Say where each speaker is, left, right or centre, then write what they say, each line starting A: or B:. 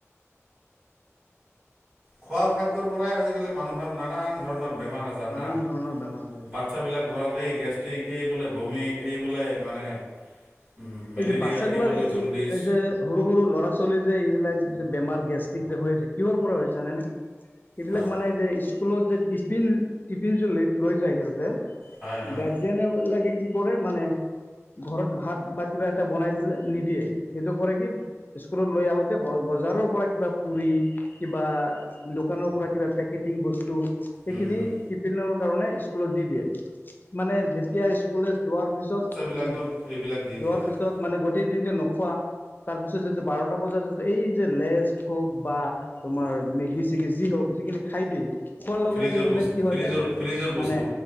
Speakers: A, on the right (about 20°); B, on the left (about 40°).
A: খোৱা খাদ্যৰ পৰাই আজিকালি মানুহৰ নানান ধৰণৰ বেমাৰ আজাৰ
B: নানান
A: না
B: ধৰণৰ বেমাৰ হৈ আছে
A: বাচ্ছাবিলাক ধৰক এই গেষ্টিক, এই বোলে বমি এই বোলে মানে উম, মেলেৰিয়া
B: এই যে বাচ্ছাগুলাৰ
A: এই বোলে জণ্ডিছ
B: এই যে সৰু, সৰু ল'ৰা-ছোৱালীৰ যে এইবিলাক যে বেমাৰ গেষ্ট্ৰিক যে হৈ আছে কিহৰ পৰা <unintelligible> জানেনে? সেইবিলাক
A: হয়।
B: মানে যে স্কুলত যে টিফিন, টিফিন লে যে লৈ যায় সিহঁতে
A: হয় হয়
B: গাৰ যেনে বিলাকে কি কৰে মানে ঘৰত ভাত বা কিবা এটা বনাই দিলে নিদিয়ে সেইটো কৰে কি স্কুলত লৈ আহোতে ব-বজাৰৰ পৰা কিবা পুৰি কিবা দোকানৰ পৰা কিবা পেকেটিং বস্তু সেইখিনি
A: উম উম
B: কিপিনৰৰ কাৰণে স্কুলত দি দিয়ে। মানে যেতিয়া স্কুলে যোৱাৰ পিছত
A: এইবিলাকতো
B: উম
A: আৰু এইবিলাক দি
B: যোৱাৰ
A: দিয়ে হয়।
B: পিছত মানে গোটেই দিনজে নোখোৱা তাৰ পিছত যদি বাৰটা বজাত যেতিয়া এই যে লেষ্ট হওক বা তোমাৰ মেগী চেগি যি হওক যিখিনি খাই দিয়ে খোৱাৰ লগে,
A: ফ্ৰিজৰ
B: লগে সেইবিলাক
A: বস্তু
B: কি হয়
A: ফ্ৰিজৰ
B: যে
A: ফ্ৰিজৰ বস্তু
B: মানে